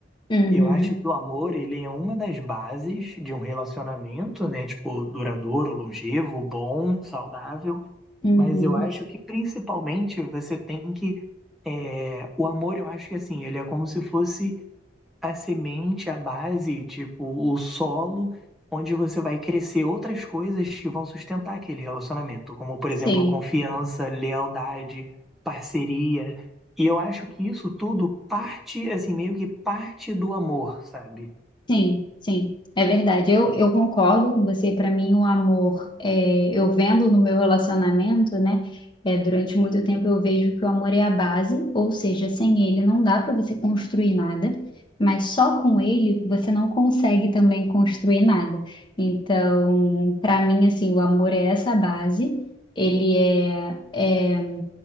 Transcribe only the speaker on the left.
Uhum,
uhum,
sim.
Sim, sim, é verdade. Eu, eu concordo com você. Para mim, o amor, é, eu vendo no meu relacionamento, né? É, durante muito tempo eu vejo que o amor é a base, ou seja, sem ele não dá para você construir nada, mas só com ele você não consegue também construir nada. Então, para mim, assim, o amor é essa base. Ele é, é,